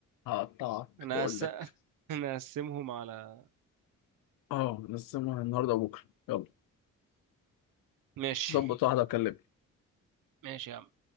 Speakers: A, on the left; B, on the right.
A: هقطعك
B: انا
A: بقول
B: هس...
A: لك
B: <laughs> انا هقسمهم على
A: أه نقسمها النهاردة وبكرة يلا
B: ماشي
A: ظبط واحدة وكلمني
B: ماشي يا عم